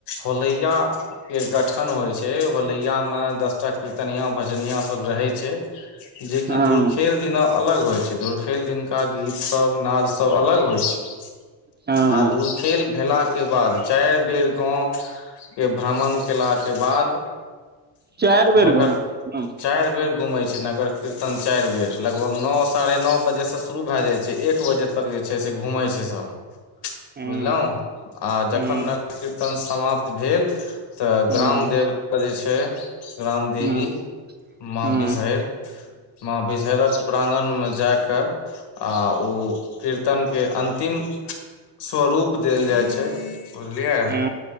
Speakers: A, on the left; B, on the right.
A: होलैया के गठन होइ छै होलैया में दसटा कीर्तनिया भजनिया सब रहै छै जे कि
B: हँ
A: धुरखेल दिना अलग होय छै, धुरखेल दिनका गीत सब नाद सब अलग होइ छै
B: हँ
A: आ खेल भेला के बाद चारि बेर गाँव के भ्रमण केला के बाद
B: चारि बेर
A: नगर
B: घुम हूँ
A: चारि बेर घुमै छै नगर कीर्तन चारि बेर लगभग नओ साढ़े नओ बजे से शुरू भए जाइ छै, एक बजे तक जे छै से घुमै छै सब।
B: हूँ
A: बुझलहुँ आ जखन
B: हूँ
A: नगर कीर्तन समाप्त भेल, तऽ
B: हूँ हूँ
A: ग्राम देवता जे छै ग्राम देवी
B: हूँ
A: माँ
B: हूँ
A: विषहरि माँ बिषहरिक प्रांगण मे जा कऽ आ ओ कीर्तन के अन्तिम स्वरूप देल जाइत छै। बुझलियै
B: हूँ